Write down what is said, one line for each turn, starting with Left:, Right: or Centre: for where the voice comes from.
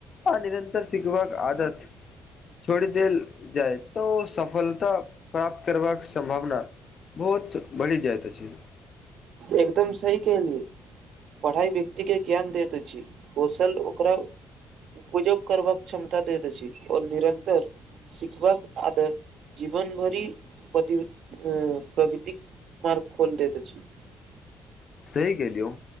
Left: आ निरंतर सीखबाक आदत। छोड़ देल जाइ तऽ सफलता। <unintelligible> प्राप्त करबाक संभावना बहोत बढ़ि जाइत अछि। <unintelligible>
Right: एकदम सही कहलियए पढ़ाई व्यक्ति के ज्ञान दैत अछि कौशल ओकरा उपयोग करबाक क्षमता दैत अछि और निरन्तर सिखबाक आदर जीवन भरि -प्रगतिक मार्ग खोल दैत अछि। <unintelligible>
Left: सही केलियौ